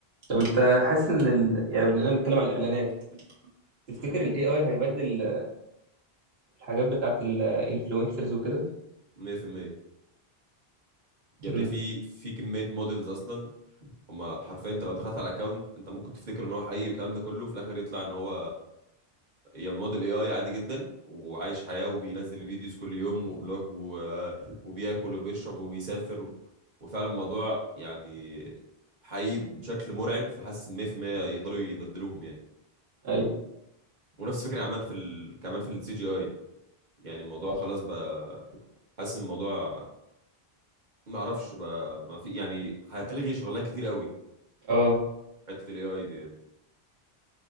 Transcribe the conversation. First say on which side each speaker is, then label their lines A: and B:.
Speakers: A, on the right (about 75°); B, on the right (about 50°).
A: طب انت حاسس ان ال... يعني بما اننا بنتكلم على الاعلانات تفتكر
B: امم
A: الاي اي هيبدل الحاجات بتاعت الانفلونسرز وكده
B: 100% يا
A: امم
B: ابني في في كمية موديلز اصلا هما حرفيا انت لو دخلت على الاكونت انت ممكن تفتكر ان هو حقيقي والكلام ده كله في الاخر يطلع ان هو يعني موديل اي اي عادي جدا وعايش حياة وبينزل فيديوز كل يوم وفلوج و... آه، وبياكل وبيشرب وبيسافر وفعلا الموضوع يعني حقيقي بشكل مرعب فحاسس إن 100% يقدروا يبدلوهم يعني
A: ايوه
B: ونفس الفكرة عمال في ال... كمان في السي جي اي يعني الموضوع خلاص بقى حاسس إن الموضوع ما اعرفش بقى ما في يعني هتلغي شغلانات كتير قوي
A: اه
B: حتة الاي اي دي يعني